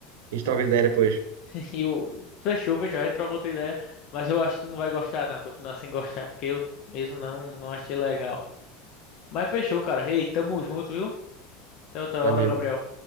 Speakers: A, on the right (about 85°); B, on the left (about 55°).
A: A gente
B: Pô,
A: troca ideia depois.
B: <laughs> E o fechou, fechou, a gente troca outra ideia. Mas eu acho que tu não vai gostar, não. Continuar sem gostar, porque eu mesmo não, não achei legal. Mas fechou, cara. Ei, tamo junto, viu? Até outra
A: Valeu.
B: hora, Gabriel.